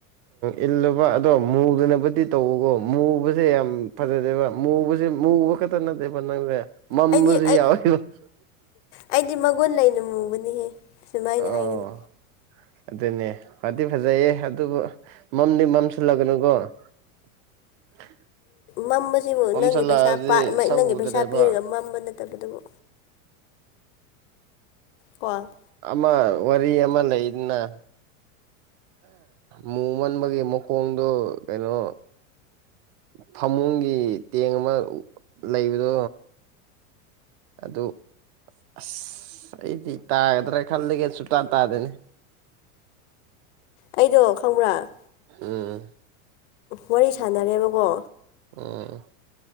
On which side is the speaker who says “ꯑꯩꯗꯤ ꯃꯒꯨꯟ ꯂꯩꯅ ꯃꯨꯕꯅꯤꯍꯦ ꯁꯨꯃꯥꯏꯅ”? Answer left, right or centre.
Left